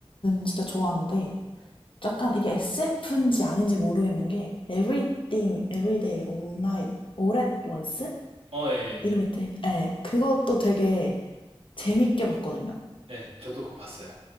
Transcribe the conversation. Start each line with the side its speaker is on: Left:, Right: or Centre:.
Left: 진짜 좋아하는데 약간 이게 SF인지 아닌지 모르겠는 게 Everything, Everyday, All Night, All at Once
Right: 어, 예. 예.
Left: 이름이 뜨, 예, 그것도 되게 재밌게 봤거든요.
Right: 네, 저도 그거 봤어요.